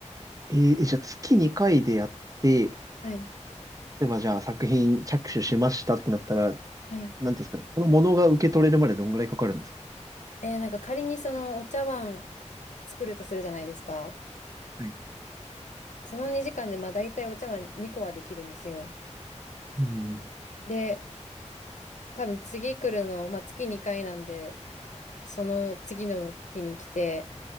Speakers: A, on the right; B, on the left.
A: えーえじゃあ月2回でやって、
B: はい。
A: 例えばじゃあ作品着手しましたってなったら、
B: はい。
A: なんていうんですかね、そのものが受け取れるまでどんぐらいかかるんですか
B: えー、なんか仮にそのお茶碗作るとするじゃないですか。
A: はい。
B: その2時間でまあ大体お茶碗2個はできるんですよ。
A: うん。
B: で、多分次来るの、まあ月2回なんで、その次の日に来て